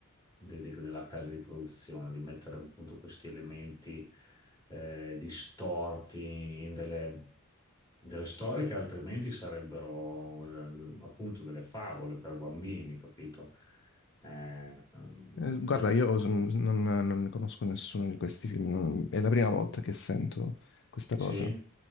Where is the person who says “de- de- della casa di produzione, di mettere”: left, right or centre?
Left